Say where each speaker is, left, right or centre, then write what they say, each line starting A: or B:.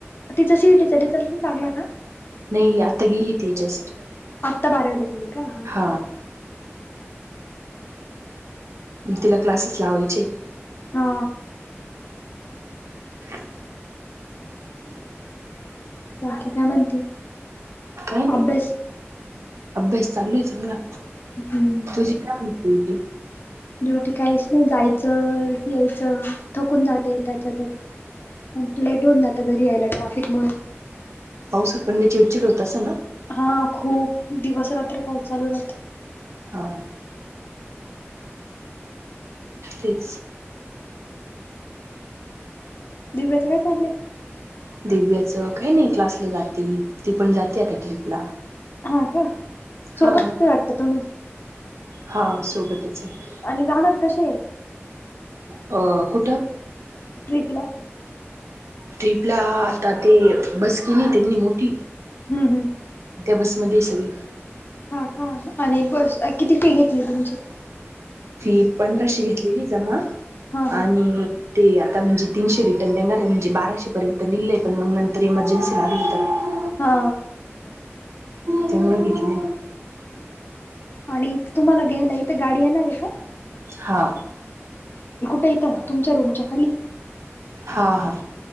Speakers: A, on the left; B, on the right.
A: तिचा सीईटीचा रिझल्ट लागला का?
B: नाही आता गेली तेी जस्ट
A: आत्ता बारावीला गेली का ह
B: हा तिला क्लासेस लावायचे
A: हा
B: ह
A: बाकी काय म्हणते
B: काय नाही
A: अभ्यास
B: अभ्यास चालू आहे चांगला
A: हम्म
B: तुझी काय म्हणती बटी
A: ड्युटी काहीच नाही जायचं यायचं थकून जाते त्याच्यातच लेट होऊन ना आता घरी यायला ट्रॅफिक म्हणून
B: पावसात पड चिडचिड होत अस ना
A: हा खूप दिवस रात्र पाऊस चालू राहत
B: ह तेच
A: दिव्याच काय चाललंय
B: दिव्याचं काही नाही क्लासला जाते ती पण जाते आता ट्रिपला
A: हा का सोबतच
B: हा
A: वाटत तुम्ही
B: हा सोबतच आहे
A: आणि जाणार कसे
B: अ कुठं
A: ट्रिप ला
B: ट्रिपला आता ते बस केली त्यांनी मोठी
A: हम्म हम्म
B: त्या बसमध्ये सगळी
A: हा का आणि बस किती फी घेतली तुमची
B: फी पंधराशे घेतलेली जमा
A: हा हा
B: आणि ते आता म्हणजे तीनशे रिटर्न देणार आहे म्हणजे बाराशेपर्यंत निघलेय पण मग नंतर इमर्जन्सी लागली तर
A: हा
B: त्यामुळे घेतले
A: आणि इ तुम्हाला घ्यायला इथे गाडी येणार आहे का
B: हा
A: कुठे इथं तुमच्या रूमच्या खाली
B: हा हा